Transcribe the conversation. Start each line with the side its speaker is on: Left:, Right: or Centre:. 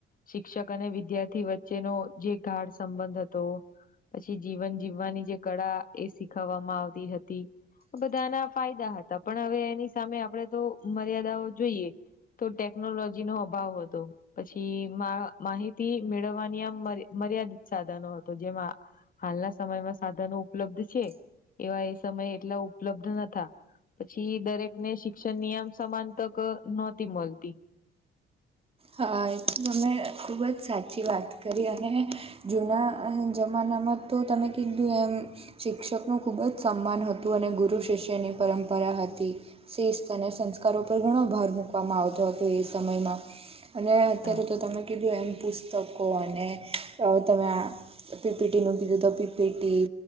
Left: શિક્ષક અને વિદ્યાર્થી વચ્ચેનો જે ગાઢ સંબંધ હતો, પછી જીવન જીવવાની જે કળા એ સીખવવામાં આવતી હતી, તી. બધાના ફાયદા હતા, પણ હવે એની સામે આપણેે તો મર્યાદાઓ જોઈએ, તો ટેકનોલોજી નો અભાવ હતો, પછી મા, માહિતી મેળવવાની આમ મર્યાદિત સાધનો હતો જેમાં આ હાલના સમયમાં સાધનો ઉપલબ્ધ છે, એવા એ સમયે એટલા ઉપલબ્ધ નતા. પછી દરેક ને શિક્ષણની આમ સમાન તક નહોતી મળતી.
Right: હા, એ તો અમે ખૂબ જ સાચી વાત કરી અને, જૂના અ જમાનામાં તો તમે કીધું, એમ શિક્ષકનું ખૂબ જ સન્માન હતું અને ગુરુ શિષ્યની પરંપરા હતી સિસ્થ અને સંસ્કારો પર ઘણો ભાર મૂકવામાં આવતો હતો એ સમયમાં. અને અત્યારે
Left: હા
Right: તો તમે કીધું એમ પુસ તકો અને તમે પીપીટીનું કીધું તો પીપીટી